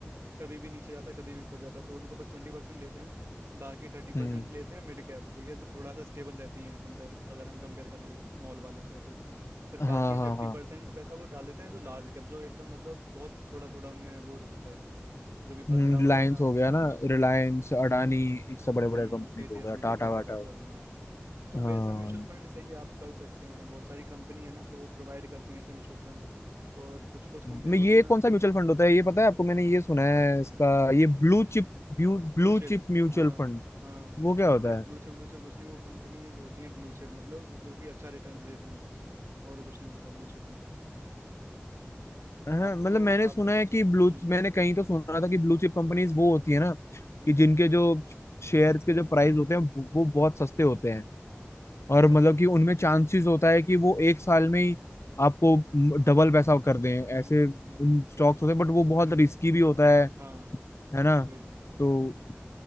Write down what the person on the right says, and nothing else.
कभी भी नीचे जाता है कभी भी ऊपर जाता है तो उनको बस ट्वेंटी परसेंट लेते हैं बाकी थर्टी परसेंट
लेते हैं मिड कैप ठीक है जो थोड़ा सा स्टेबल रहती हैं कंपेयर अगर हम कंपेयर करें स्मॉल वाले से तो फिर
बाकी
फिफ्टी
परसेंट पैसा वो डाल देते हैं जो लार्ज कैप जो एकदम मतलब बहुत थोड़ा थोड़ा उनमें वो होता है जो भी
बदलाव होता है ना
हाँ
हम्म
टीसीएस
वीसीएस
वगैरह
सब
हाँ तो वैसा
म्यूचुअल फंड सही आप कर सकते हैं बहुत सारी कंपनी है ना तो वो प्रोवाइड करती हैं ऐसे म्यूचुअल फंड और कुछ कुछ कंपनी
होती है
ना
कौन सा?
Blue chip
हाँ
हाँ
अरे
ब्लू चिप ब्लू चिप कुछ नहीं वो कंपनीज होती हैं ब्लू चिप मतलब जो कि अच्छा रिटर्न्स देती हैं और कुछ नहीं होता ब्लू चिप में
आपको
आपने
सोचा
हम्म
हम्म
अच्छा
ब-
हम्म
हम्म
हम्म
हम्म
हाँ
वही